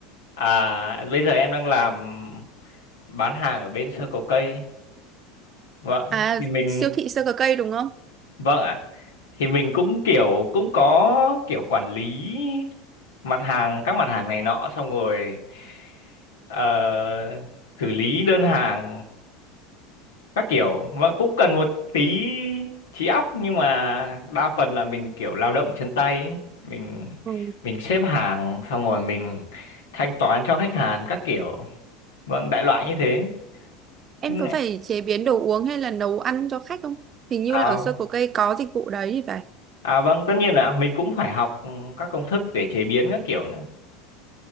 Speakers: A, on the left; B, on the right.
A: À, bây giờ em đang làm bán hàng ở bên sơ cầu cây. Vâng,
B: À,
A: thì mình
B: siêu thị sơ cờ cây đúng không?
A: vâng ạ. Thì mình cũng kiểu cũng có kiểu quản lý mặt hàng các mặt hàng này nọ xong rồi ờ, xử lý đơn hàng các kiểu và cũng cần một tí trí óc nhưng mà đa phần là mình kiểu lao động chân tay ấy. mình
B: Ừ.
A: mình xếp hàng xong rồi mình thanh toán cho khách hàng các kiểu vâng đại loại như thế
B: Em
A: Ừ.
B: có phải chế biến đồ uống hay là nấu ăn cho khách không? Hình như
A: à,
B: là ở sơ cờ cây có dịch vụ đấy thì phải.
A: à vâng tất nhiên là mình cũng phải học ừ, các công thức để chế biến các kiểu nữa